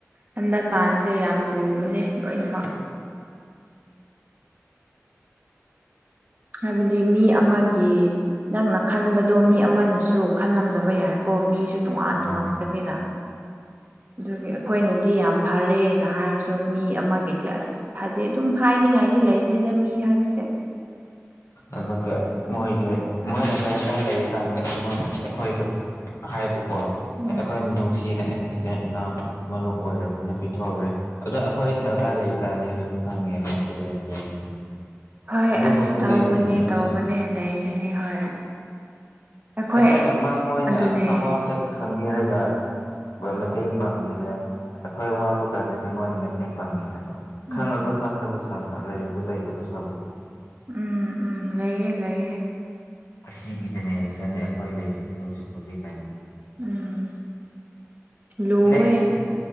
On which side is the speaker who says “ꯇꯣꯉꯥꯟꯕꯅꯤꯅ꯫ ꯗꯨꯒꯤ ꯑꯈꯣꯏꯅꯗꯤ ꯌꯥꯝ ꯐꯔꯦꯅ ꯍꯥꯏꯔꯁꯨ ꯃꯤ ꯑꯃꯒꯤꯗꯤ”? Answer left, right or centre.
Right